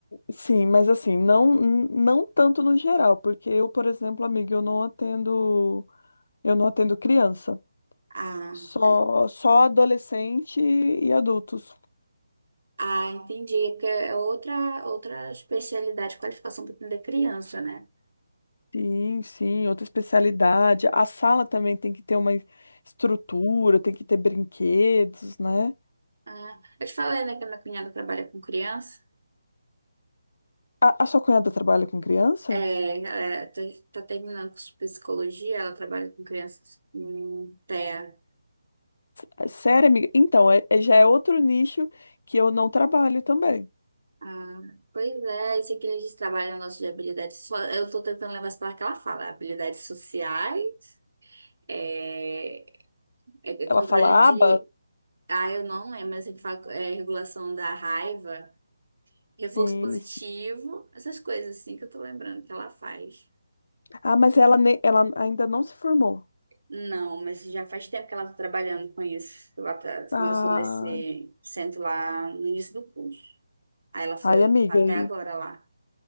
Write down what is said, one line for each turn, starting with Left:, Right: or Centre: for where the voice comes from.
Left: Sim, mas assim, não não tanto no geral, porque eu, por exemplo, amiga, eu não atendo, eu não atendo criança,
Right: Ah,
Left: só
Right: é.
Left: só adolescente e adultos.
Right: ah, entendi. É Porque é outra, outra especialidade, qualificação para atender criança, né?
Left: Sim, sim, outra especialidade. A sala também tem que ter uma estrutura, tem que ter brinquedos, né?
Right: Ah, eu te falei, né, que a minha cunhada trabalha com criança.
Left: A, a sua cunhada trabalha com criança?
Right: É, é, tá, tá terminando com psicologia, ela trabalha com crianças com TEA.
Left: É Sério, amiga? Então, é, é- já é outro nicho que eu não trabalho também.
Right: Ah, pois é, isso aqui eles trabalham o nosso de habilidades. so- Eu estou tentando levar isso para que ela fala. Habilidades sociais, é, é- é
Left: Ela
Right: controle
Left: fala
Right: de.
Left: aba?
Right: Ah, eu não lembro, mas que fala é, regulação da raiva, reforço
Left: Sim,
Right: positivo, essas coisas assim que eu estou lembrando que ela faz.
Left: Ah, mas ela, ne- ela ainda não se formou.
Right: Não, mas já faz tempo que ela está trabalhando com isso. Ela tá-
Left: Ah,
Right: começou nesse centro lá no início do curso. Aí ela foi
Left: ai, amiga.
Right: até
Left: E,
Right: agora lá.